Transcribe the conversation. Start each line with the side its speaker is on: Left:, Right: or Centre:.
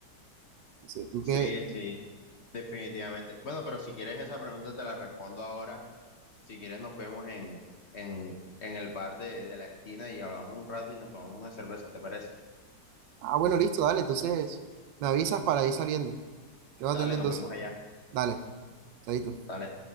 Right: O sea, tú
Left: Sí,
Right: que,
Left: sí, definitivamente. Bueno, pero si quieres esa pregunta te la respondo ahora. Si quieres, nos vemos en, en, en el bar de, de la esquina y hablamos un rato y nos tomamos una cerveza, ¿te parece?
Right: ah, bueno, listo, dale, entonces me avisas para ir saliendo. qué Quedo atento
Left: Dale,
Right: entonces.
Left: nos vemos allá.
Right: Dale, chaito.
Left: Dale.